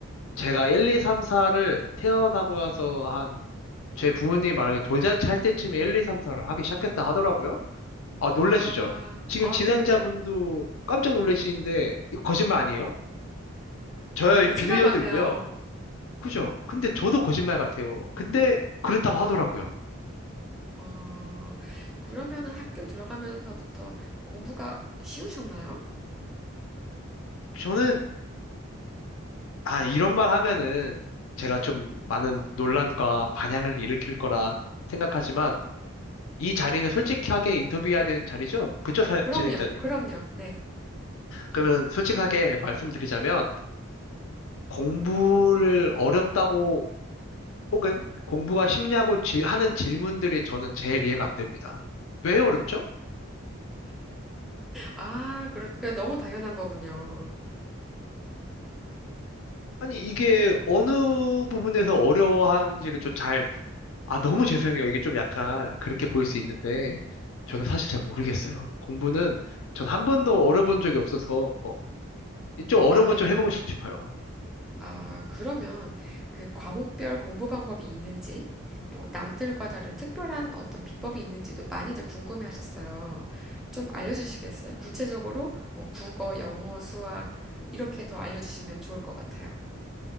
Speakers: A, on the left (about 70°); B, in the centre.
A: 제가 1, 2, 3, 4를 태어나고 나서 한 제 부모님이 말하기 돌잔치 할 때쯤에 1, 2, 3, 4를 하기 시작했다 하더라고요. 아, 놀라시죠?
B: 아,
A: 지금
B: 아,
A: 진행자분도
B: 그럼요.
A: 깜짝 놀라시는데 이거 거짓말 아니에요? 저의
B: 아, 거짓말
A: 비디오도
B: 같네요.
A: 있고요. 그죠? 근데 저도 거짓말 같아요. 근데 그랬다고 하더라고요.
B: 어, 그러면은 학교 들어가면서부터 공부가 쉬우셨나요?
A: 저는 아, 이런 말 하면은 제가 좀 많은 논란과 반향을 일으킬 거라 생각하지만 이 자리는 솔직하게 인터뷰해야 되는 자리죠? 그쵸, 사-
B: 그럼요,
A: 진행자님?
B: 그럼요, 네.
A: 그러면 솔직하게 말씀드리자면 공부를 어렵다고 혹은 공부가 쉽냐고 질- 하는 질문들이 저는 제일 이해가 안 됩니다. 왜 어렵죠?
B: 아, 그러니까 너무 당연한 거군요.
A: 아니, 이게 어느 부분에서 어려워하는지를 좀잘 아, 너무 죄송해요. 이게 좀 약간 그렇게 보일 수 있는데, 저는 사실 잘 모르겠어요. 공부는 전 한 번도 어려본 적이 없어서, 좀 어려운
B: 아,
A: 것 좀 해보고 싶어요.
B: 아, 그러면 그 과목별 공부 방법이 있는지, 뭐 남들과 다른 특별한 어떤 비법이 있는지도 많이들 궁금해 하셨어요. 좀 알려주시겠어요? 구체적으로 뭐 국어, 영어, 수학 이렇게 더 알려주시면 좋을 것 같아요.